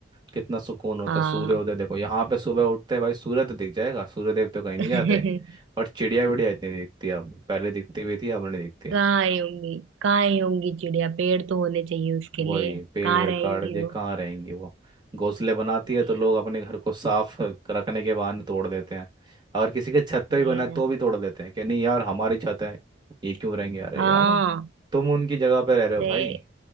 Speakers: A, on the right; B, on the right.
A: कितना सुकून होता
B: हाँ
A: है सूर्योदय देखो यहाँ पे सुबह उठते हैं भाई सूर्य तो दिख जाएगा सूर्यदेव तो कहीं नहीं
B: <laughs>
A: जाते और चिड़िया विड़िया इतनी दिखती है अब पहले दिखती भी थी अब नहीं दिखती
B: कहाँ ही होंगी कहाँ ही होंगी चिड़िया पेड़ तो होने चाहिए उसके
A: वही
B: लिए
A: पेड़
B: कहाँ
A: वेड़
B: रहेंगी
A: काट दिए
B: वो
A: कहाँ रहेंगी वो घोंसले बनाती
B: वही
A: है तो लोग
B: ना
A: अपने घर को साफ रखने के बहाने तोड़ देते हैं अगर किसी के छत पे
B: वही
A: भी बना है तो
B: ना
A: भी तोड़ देते हैं कि नहीं यार हमारी छत है ये क्यों रहेंगे अरे
B: हाँ
A: यार तुम उनकी जगह पे रह रहे
B: अरे
A: हो भाई